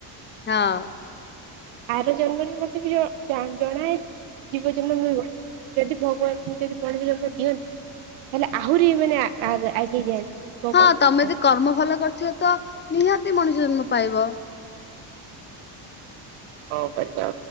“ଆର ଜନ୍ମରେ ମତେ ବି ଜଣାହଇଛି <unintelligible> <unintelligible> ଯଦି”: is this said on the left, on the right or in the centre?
Right